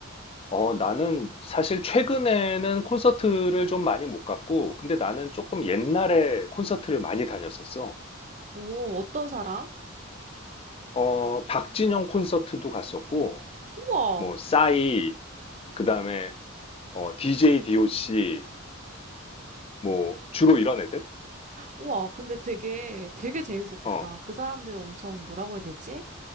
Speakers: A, on the left (about 25°); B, on the right (about 35°).
A: 어, 나는 사실 최근에는 콘서트를 좀 많이 못 갔고, 근데 나는 조금 옛날에 콘서트를 많이 다녔었어.
B: 오, 어떤 사람?
A: 어, 박진영 콘서트도 갔었고,
B: 우와.
A: 뭐, 싸이, 그 다음에 어, DJ DOC, 뭐, 주로 이런 애들?
B: 우와, 근데 되게, 되게 재밌었겠다.
A: 어,
B: 그 사람들 엄청 뭐라고 해야 되지?